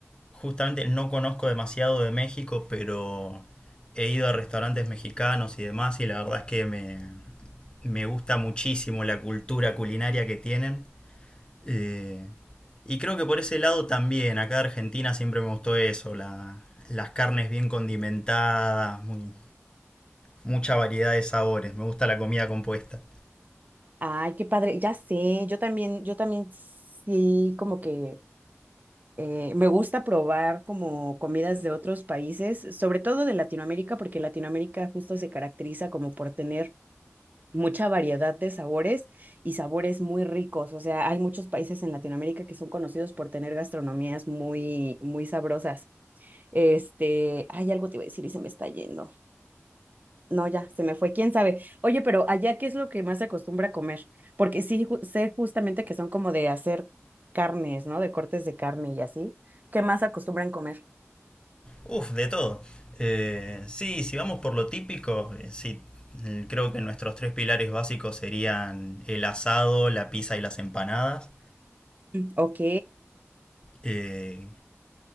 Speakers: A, on the left (about 20°); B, on the right (about 35°).
A: justamente no conozco demasiado de México, pero he ido a restaurantes mexicanos y demás y la verdad es que me, me gusta muchísimo la cultura culinaria que tienen. Eh, y creo que por ese lado también, acá en Argentina siempre me gustó eso, la- las carnes bien condimentadas, muy- mucha variedad de sabores, me gusta la comida compuesta.
B: Ay, qué padre, ya sé, yo también, yo también sí, como que Eh, me gusta probar como comidas de otros países, sobre todo de Latinoamérica, porque Latinoamérica justo se caracteriza como por tener mucha variedad de sabores y sabores muy ricos. O sea, hay muchos países en Latinoamérica que son conocidos por tener gastronomías muy, muy sabrosas. Este, hay algo te iba a decir y se me está yendo. No, ya, se me fue, quién sabe. Oye, pero allá, ¿qué es lo que más se acostumbra a comer? Porque sí, ju- sé justamente que son como de hacer carnes, ¿no? De cortes de carne y así. ¿Qué más acostumbran comer?
A: Uf, de todo. Eh, sí, si vamos por lo típico, eh, sí, mm, creo que nuestros tres pilares básicos serían el asado, la pizza y las empanadas.
B: Ok.
A: Eh,